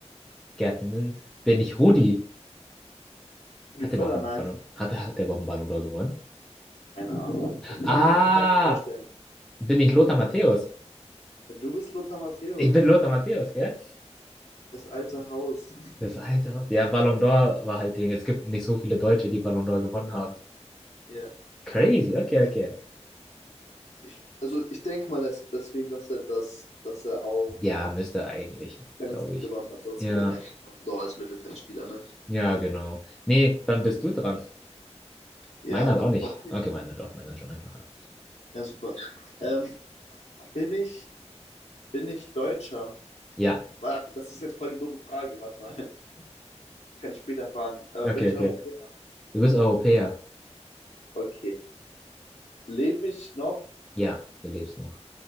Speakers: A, in the centre; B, on the left (about 65°).
A: Gerd Müller, bin ich Rudi.
B: Rudi
A: Hat
B: Völler,
A: der überhaupt einen
B: nein.
A: Ballon, hat, hat der überhaupt einen Ballon d'Or gewonnen?
B: Keine Ahnung. Ich kann
A: Ah,
B: mir, ich kann es mir vorstellen.
A: bin ich Lothar Matthäus?
B: Du bist Lothar Matthäus,
A: Ich bin Lothar Matthäus, gell?
B: das alte Haus.
A: Das alte Haus. Ja, Ballon d'Or war halt Ding. Es gibt nicht so viele Deutsche, die Ballon d'Or gewonnen haben.
B: Ja.
A: Crazy, okay, okay.
B: Ich, also ich denke mal dass, deswegen, dass er das, dass er auch
A: Ja, müsste eigentlich,
B: Champions
A: glaube
B: League
A: ich.
B: gewonnen hat, sonst
A: Ja,
B: gewinnt man ja keinen Ballon d'Or als Mittelfeldspieler, ne?
A: ja, genau. Nee, dann bist du dran.
B: Ja.
A: Meiner ist auch nicht.
B: Okay.
A: Okay, meiner doch, meiner ist schon einfacher.
B: Ja, super. Ähm, bin ich, bin ich Deutscher?
A: Ja,
B: Warte, Das ist jetzt voll die dumme Frage, warte mal. <laughs> Kann ich später fragen. Äh,
A: okay,
B: bin ich
A: okay.
B: Europäer?
A: Du bist Europäer.
B: Okay. Lebe ich noch?
A: Ja, du lebst noch.